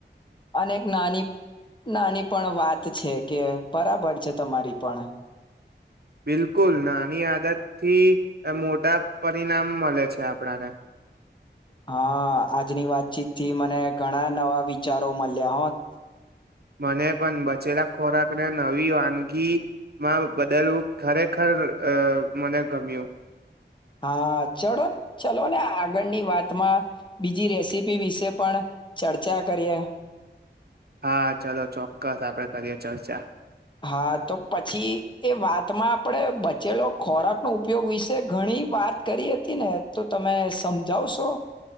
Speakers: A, on the left; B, on the right.
A: અને એક નાની નાની પણ વાત છે. કે બરાબર છે. તમારી પણ,
B: બિલકુલ નાની આદત થી મોટા પરિણામ મળે છે. આપણે ને.
A: હા, આજની વાતચીત થી મને ઘણા નવા વિચારો મળ્યા હોત.
B: મને પણ બચેલા ખોરાક ને નવી વાનગી માં બદલવું ખરેખર મને ગમ્યું.
A: હા, ચલો ને ચલો ને આગળની વાતમાં બીજી રેસીપી વિશે પણ ચર્ચા કરીએ.
B: હા, ચાલો ચોક્કસ આપણે કરીએ ચર્ચા.
A: હા, તો પછી એ વાતમાં આપણે બચેલો ખોરાકનો ઉપયોગ વિશે ઘણી વાત કરી હતીઃ ને તો તમે સમજાવશો.